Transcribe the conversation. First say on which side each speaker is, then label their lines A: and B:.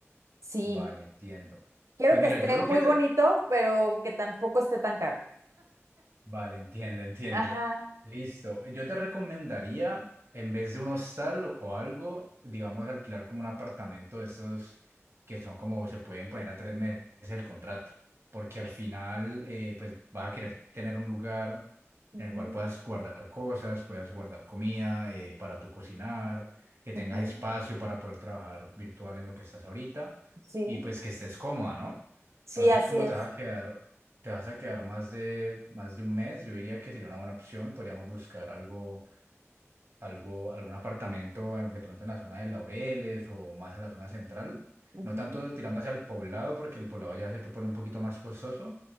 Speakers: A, on the right; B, on the right.
A: Sí,
B: Vale, entiendo.
A: Quiero
B: Pues
A: que
B: mira,
A: esté
B: yo lo
A: muy
B: que te,
A: bonito, pero que tampoco esté tan caro.
B: Vale, entiendo, entiendo.
A: ajá,
B: Listo. Yo te recomendaría, en vez de un hostal o, o algo, digamos, alquilar como un apartamento de esos que son como se pueden poner a tres meses el contrato, porque al final, eh, pues vas a querer tener un lugar
A: Ujú,
B: en el cual puedas guardar cosas, puedas guardar comida eh, para tu cocinar, que tengas
A: ujú,
B: espacio para poder trabajar virtual en lo que estás ahorita
A: Sí,
B: y pues que estés cómoda, ¿no?
A: sí,
B: Entonces,
A: así
B: ¿cómo
A: es.
B: te vas a quedar? te vas a quedar más de, más de un mes, yo diría que sería una buena opción. Podríamos buscar algo, algo, algún apartamento en- de pronto en la zona de Laureles o más a la zona central.
A: ujú.
B: No tanto tirando hacia el poblado, porque el poblado ya se te pone un poquito más costoso.